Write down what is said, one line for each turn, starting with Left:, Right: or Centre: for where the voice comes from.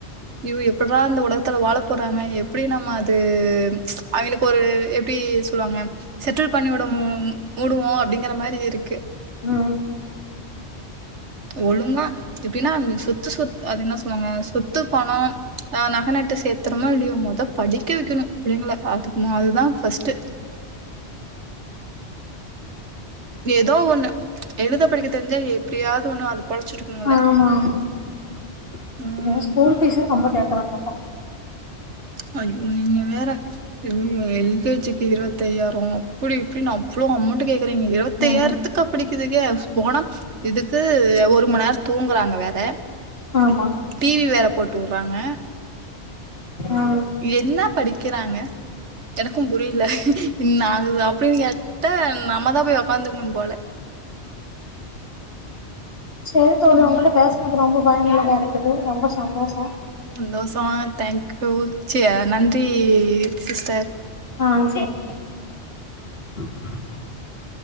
Right: ஐயோ எப்புட்ற இந்த உலகத்துல வாழ போறாங்க எப்டி நம்ம அது அவனுக்கொரு <unintelligible> சொல்லுவாங்க செட்டில் பண்ணி விட மூடுவோ அப்புடிங்கிற மாரி இருக்கு
Left: ம்
Right: ஒழுங்கா எப்டின்னா சொத்து சொத்து அது என்ன சொல்லுவாங்க சொத்து பணம் ஆஹ் நகைநட்டு சேத்திரமோ இல்லையோ மோத படிக்க வைக்கணும் புள்ளைங்கள பாத்தக்குனு அதுதான் ஃபஸ்ட்டு ஏதோ ஒண்ணு எழுத படிக்க தெரிஞ்சா எப்டியாவது ஒண்ணு அது பொழச்சிட்டுக்குங்கல்ல
Left: ஆமா ஆமா
Right: ம்
Left: ஸ்கூல் பீஸ் ரொம்ப கே <unintelligible>
Right: <unintelligible> வேற <unintelligible> கேஜிக்கு இருபத்தி ஐாயாயிரம் அப்புடி இப்புடி அவ்வளோ அமௌண்ட் கே இருங்க இருபத்தஐயாயிரத்துக்கு
Left: ஆமா
Right: பிடிக்குதுங்கே போனா இதுக்கு ஒரு மணி நேரம் தூங்குறாங்க வேற
Left: ஆமா
Right: டிவி வேற போட்டு வுடுறாங்க
Left: ஆ
Right: என்ன படிக்கிறாங்க எனக்கும் புரியில இன்ன ஆகுது அப்டின்னு கேட்ட நம்மதான் போய் உக்காந்துக்கணும் போல
Left: சரி தோழி
Right: ம்.
Left: உங்கள்டிட்ட பேசனாங் ரொம்ப பயனுள்ளதா இருக்குது ரொம்ப சந்தோஷோ
Right: சந்தோஷமா தேங்க்யூ சா நன்றி சிஸ்டர்
Left: ஆ சேரி <inaudible>